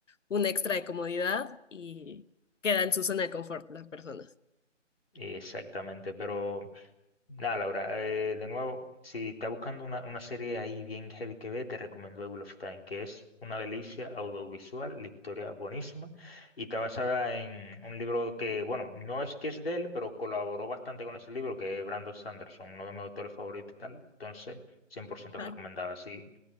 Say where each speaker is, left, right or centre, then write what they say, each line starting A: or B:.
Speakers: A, on the left (about 70°); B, on the left (about 50°).
A: un extra de comodidad y queda en su zona de confort las personas.
B: Exactamente, pero Nada, Laura, eh, de nuevo, si estás buscando una, una serie ahí bien heavy que ve, te recomiendo The Wheel of Time, que es una delicia audiovisual, la historia buenísima, y está basada en un libro que, bueno, no es que es de él, pero colaboró bastante con ese libro, que es Brandon Sanderson, uno de mis autores favoritos y tal. Entonces, cien por ciento
A: Ah,
B: recomendada. Si